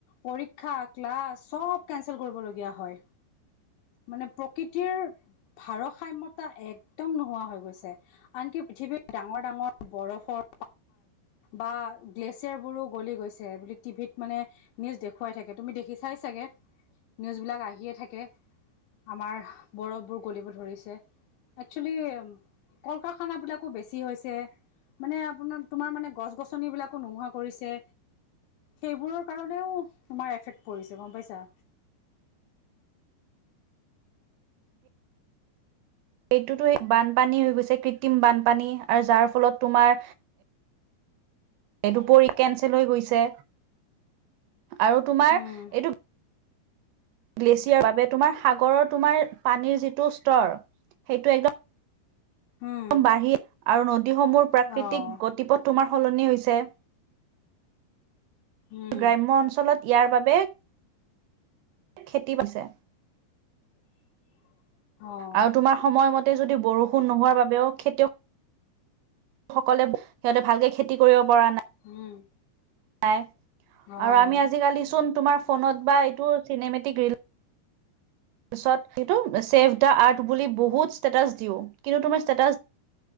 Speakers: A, on the left; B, on the right.
A: পৰীক্ষা ক্লাছ চব কেনচেল কৰিবলগীয়া হয় মানে প্ৰকৃতিৰ ভাৰসাম্যতা একদম নোহোৱা হৈ গৈছে আনকি পৃথিৱীৰত ডাঙৰ ডাঙৰ বৰফৰ বা গ্লেছিয়াৰ বোৰো গলি গৈছে বুলি টিভিত মানে নিউজ দেখুৱাই থাকে তু আমি দেখি চাই চাগে নিউজ বিলাক আহিয়ে থাকে আমাৰ বৰফবোৰ গলিব ধৰিছে একচেলি কল কাৰখানাবিলাকো বেছি হৈছে মানে আপোনাৰ তোমাৰ মানে গছ গছনি বিলাকো নোহোৱা কৰিছে সেইবোৰৰ কাৰণেও তোমাৰ এফেক্ট পৰিছে গম পাইছা
B: <inaudible> সেইটোতো বানপানী হৈ গৈছে কৃত্ৰিম বানপানী আৰু যাৰ ফলত তোমাৰ এই দুপৰি কেনচেল হৈ গৈছে আৰু তোমাৰ
A: উম
B: এইটো গ্লেছিয়াৰ বাবে তোমাৰ সাগৰৰ তোমাৰ পানীৰ যিটো স্তৰ সেইটো একদম
A: উম
B: বাঢ়ী আৰু নদীসমূহ প্ৰাকৃতিক
A: অঁ
B: গতিপথ তোমাৰ সলনি হৈছে
A: উম
B: গ্ৰাম্য অঞ্চলত ইয়াৰ বাবে খেতি <unintelligible>
A: <inaudible> অঁ
B: আৰু তোমাৰ সময়মতে যদি বৰষুণ নোহোৱাৰ বাবেও খেতিয়ক সকলে সিহঁতে ভালকে খেতি কৰিব পৰা নাই
A: উম
B: নাই
A: অঁ
B: আৰু আমি আজিকালি চোন তোমাৰ ফোনত বা এইটো চিনেমেটিক ৰিল পিছত সেইটো ছেভ দা আৰ্ট বুলি বহুত ষ্টেটাছ দিওঁ কিন্তু তুমি ষ্টেটাছ